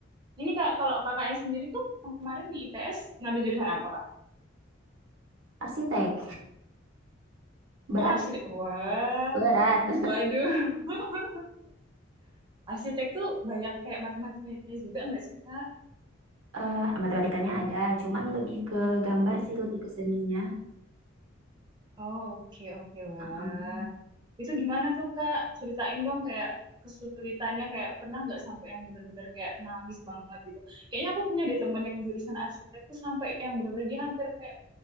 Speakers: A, on the right (about 20°); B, on the right (about 85°).
A: ini kak kalau kakaknya sendiri tuh kemarin di ITS ngambil jurusan apa kak?
B: Arsitek, berat,
A: Oh arsitek. Wah,
B: berat.
A: waduh. <laughs> Arsitek tuh banyak kayak matematikanya juga nggak sih kak?
B: Eh, matematikanya ada, cuman lebih ke gambar sih, lebih ke seninya.
A: Oh, oke, oke, Wah.
B: Heeh.
A: Itu gimana tuh, Kak? Ceritain dong kayak kesulitannya, kayak pernah nggak sampai yang bener-bener kayak nangis banget gitu. Kayaknya aku punya deh temen yang jurusan arsitek tuh sampai yang bener-bener dia hampir kayak